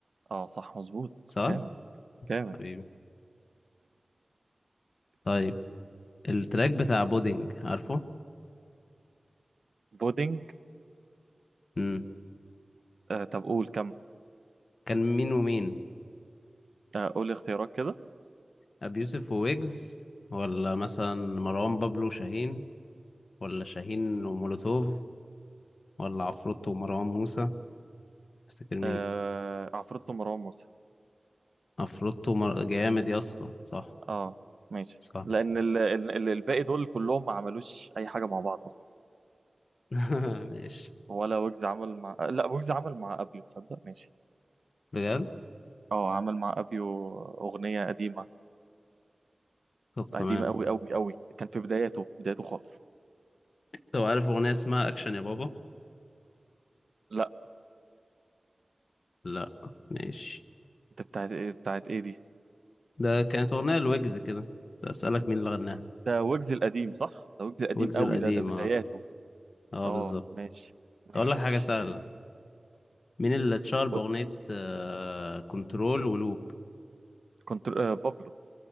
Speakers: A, on the right (about 70°); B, on the left (about 70°).
A: اه صح مظبوط
B: صح
A: جامد جامد
B: حبيبي طيب التراك بتاع بودينج عارفه
A: بودينج
B: امم
A: آه طب قول كم
B: كان مين ومين
A: آه قول اختيارات كده
B: ابي يوسف وويجز ولا مثلا مروان بابلو شاهين ولا شاهين ومولوتوف ولا عفروتو ومروان موسى تفتكر مين
A: آه عفروتو مروان موسى
B: افروتو مر... جامد يا اسطى صح
A: اه ماشي
B: صح
A: لأن ال ال ال الباقي دول كلهم ما عملوش أي حاجة مع بعض أصلا
B: <laughs> ماشي
A: ولا ويجز عمل مع آه، لا ويجز عمل مع أبيو تصدق ماشي
B: بجد
A: اه عمل مع أبيو أغنية قديمة
B: طب
A: قديمة
B: تمام
A: أوي أوي أوي كان في بداياته بداياته خالص
B: طب عارف اغنيه اسمها اكشن يا بابا
A: لا
B: لا ماشي
A: انت بتاعت ايه بتاعت ايه دي
B: ده كانت اغنيه لويجز كده ده اسالك مين اللي غناها
A: ده ويجز القديم صح ده ويجز القديم
B: ويجز
A: قوي
B: القديم
A: ده ده بداياته
B: اه اه
A: اه
B: بالظبط
A: ماشي ماشي
B: اقول لك حاجه سهله مين اللي اتشهر باغنيه
A: و-
B: آه... كنترول ولوب
A: كنت آه بابلو